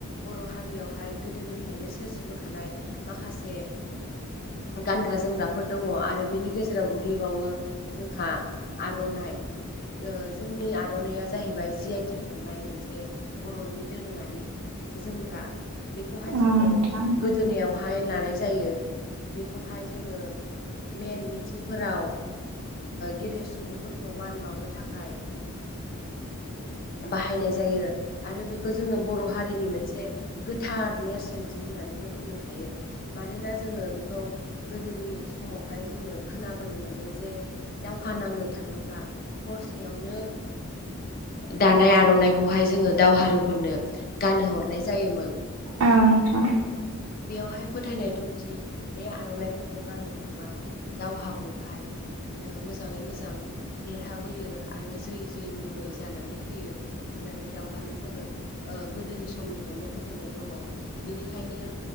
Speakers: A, on the left; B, on the right.
A: बर' हारियावहाय गोदोनिफ्रायनो सोरजि बोखानाय माखासे गानग्रा जोमग्राफोर दङ आरो बिनि गेजेराव गोग्लैबावो जोंहा आर'नाइ। ओ जोंनि आर'नाइया जाहैबाय जि आइटेक मोननाय मोनसे बर'नि दोरोङारि जोमग्रा बेखौहाय
B: औ
A: जोङो
B: नोंथां
A: गोदोनायावहाय लानाय जायो बेखौ खौहाय जोङो मेल मिथिंफोराव गेदेर सुबुंफोरखौ मान बावनो थाखाय बाहायनाय जायो आरो बेखौ जोङो बर' हारिनि मोनसे गोथार नेरसोनथि होननानैबो बुंनो हायो मानोना जोङो बेखौ गोदोनि समावहाय जोङो खोनाबो खोनाबोनो मोन्दों जे। दावहा नांनो थाङोब्ला हरसेयावनो दानाय आर'नाइखौ बेहाय जोङो दावहारुफोरनो गान हरनाय जायोमोन।
B: औ नोंथां।
A: बेयावहाय फोथायनाय दंदि बे आर'नाइफोरखौ गानहो हरबा। दावहाखौहाय मोजाङै मोजां देरहाबोयो आरो जै जै मै मै जानानै फैयो होननानै दावहारुफोर ओ गोदोनि समनिफ्रायनो फोथायनाय दङ बेनिखायनो